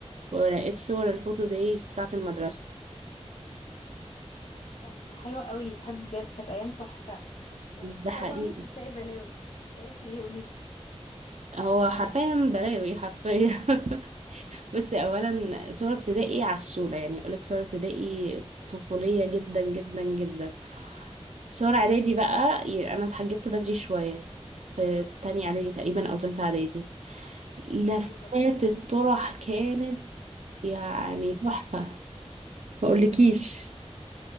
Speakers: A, on the right; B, on the left.
A: ولقيت صور الفوتو دايز بتاعت المدرسة
B: طب ده حلو قوي بحب بجد كانت أيام تحفة وخاصة
A: ده حقيقي
B: بتلاقي بلاوي لقيتي ايه قوليلي
A: هو حرفيا بلاوي حرفيا <laughs> بس اولا صور ابتدائي عسولة يعني اقولك صور ابتدائي طفولية جدا جدا جدا صور اعدادي بقى ي- انا اتحجبت بدري شوية في تانية اعدادي تقريبا او تالتة اعدادي لفات
B: اي بالظبط
A: الطرح كانت يعني تحفة ما اقولكيش